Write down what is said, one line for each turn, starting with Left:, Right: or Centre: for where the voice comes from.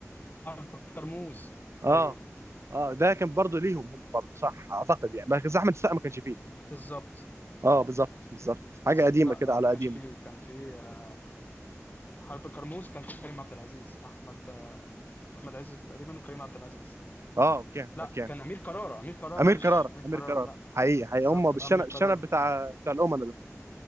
Left: اربع كرموز
Right: اه
Left: ايوه
Right: اه ده كان برضه ليهم هم برضه صح اعتقد يعني بس احمد السقا ما كانش فيه
Left: بالظبط
Right: اه بالظبط بالظبط
Left: بس
Right: حاجه قديمه
Left: لا
Right: كده على
Left: آه، ما كانش
Right: قديمه
Left: فيه كان فيه آه، حرب كرموز كان فيه كريم عبد العزيز احمد آه، احمد عز تقريبا وكريم عبد العزيز
Right: اه اوكي
Left: لا
Right: اوكي
Left: كان امير كرارة امير كرارة
Right: امير
Left: معلش
Right: كرارة
Left: امير كرارة
Right: امير كرارة
Left: لا
Right: حقيقي حقيقي
Left: بالظبط
Right: هم بالشنب
Left: امير كرارة
Right: الشنب بتاع بتاع الامناء ده